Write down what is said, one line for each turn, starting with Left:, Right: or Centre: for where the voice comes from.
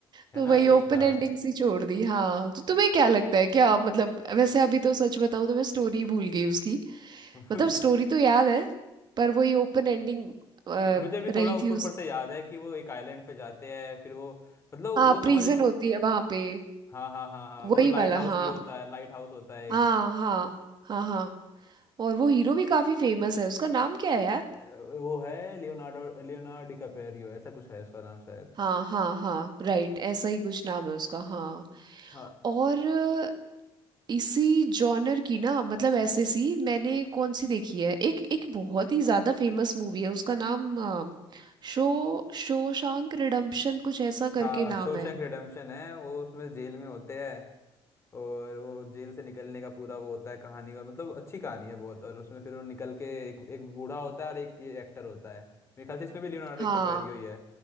Left: है
Right: तो
Left: ना
Right: वही
Left: यही
Right: ओपन
Left: था
Right: एंडिंग सी छोड़ दी हाँ तो तुम्हें क्या लगता है क्या मतलब वैसे अभी तो सच बताऊं तो मैं स्टोरी भूल गई उसकी
Left: <laughs>
Right: मतलब स्टोरी तो याद है पर वही ओपन एंडिंग
Left: मुझे भी थोड़ा
Right: रही
Left: ऊपर
Right: थी उस
Left: ऊपर से याद है कि वो एक आइलैंड पे जाते हैं फिर वो मतलब
Right: हाँ
Left: वो
Right: प्रिजन
Left: समझ
Right: होती है वहां पे
Left: हाँ हाँ हाँ हाँ
Right: वही
Left: वो लाइट
Right: वाला
Left: हाउस
Right: हाँ
Left: भी होता है लाइट हाउस होता है एक
Right: हाँ हाँ हाँ हाँ और वो हीरो भी काफी फेमस है उसका नाम क्या है यार
Left: अ, वो है लियोनार्डो लियोनार्डो डिकापेरियो ऐसा कुछ है उसका नाम शायद
Right: हाँ हाँ हाँ राइट ऐसा ही कुछ नाम है उसका हाँ
Left: हाँ
Right: और अ, इसी जॉनर की ना मतलब ऐसे सी मैंने कौन सी देखी है एक एक बहुत ही ज्यादा फेमस मूवी है उसका नाम अ, शो शोशांक रिडेम्पशन कुछ ऐसा करके
Left: हाँ
Right: नाम
Left: शोशैंक
Right: है
Left: रिडेम्पशन है वो उसमें जेल में होते हैं और वो जेल से निकलने का पूरा वो होता है कहानी और मतलब अच्छी कहानी है बहुत और उसमें फिर वो निकल के एक एक बूढ़ा होता है और एक ये एक्टर होता है मेरे ख्याल से इसमें भी लियोनार्डो
Right: हाँ
Left: डिकैप्रियो ही है